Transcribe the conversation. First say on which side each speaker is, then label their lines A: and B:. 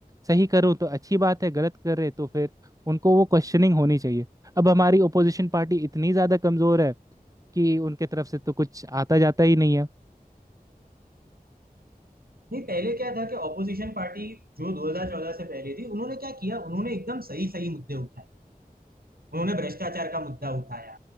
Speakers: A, on the right (about 20°); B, on the right (about 70°).
A: सही करूँ तो अच्छी बात है गलत कर रहे तो फिर उनको वो क्वेश्चनिंग होनी चाहिए अब हमारी ओपोजिशन पार्टी इतनी ज़्यादा कमज़ोर है कि उनके तरफ से तो कुछ आता जाता ही नहीं है
B: नहीं पहले क्या था कि ऑपोजिशन पार्टी जो 2014 से पहले थी उन्होंने क्या किया उन्होंने एकदम सही सही मुद्दे उठाए उन्होंने भ्रष्टाचार का मुद्दा उठाया